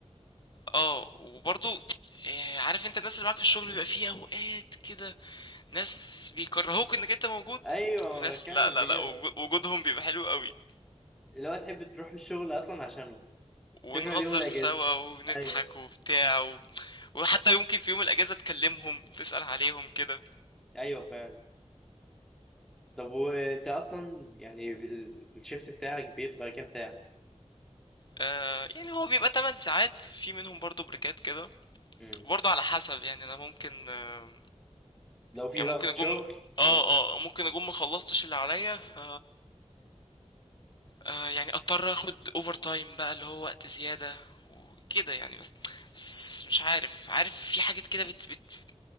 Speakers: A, on the left; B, in the centre.
A: آه، وبرضه آآ عارف أنت الناس اللي معاك في الشغل بيبقى في أوقات كده ناس بيكرهوك إنك أنت موجود
B: ايوه
A: وناس
B: ما بتكلم
A: لأ، لأ،
B: بكده
A: لأ، وجو وجودهم بيبقى حلو أوي.
B: اللي هو تحب تروح الشغل اصلا عشانه
A: ونهزر
B: تكره اليوم الاجازه
A: سوا وبنضحك
B: ايوه
A: وبتاع و... وحتى يمكن في يوم الأجازة تكلمهم تسأل عليهم كده
B: ايوه فعلا طب وانت اصلا يعني ال- الشيفت بتاعك بيبقى كام ساعه
A: آه يعني هو بيبقى 8 ساعات في منهم برضو بريكات كده
B: امم
A: وبرضو على حسب يعني أنا ممكن آه
B: لو في
A: يعني
B: ضغط
A: ممكن أكون
B: شغل
A: اه
B: اه
A: اه ممكن أكون مخلصتش اللي عليا ف آه يعني أضطر أخد أوفر تايم بقى اللي هو وقت زيادة وكده يعني بس بس مش عارف عارف في حاجات كده بت... بت...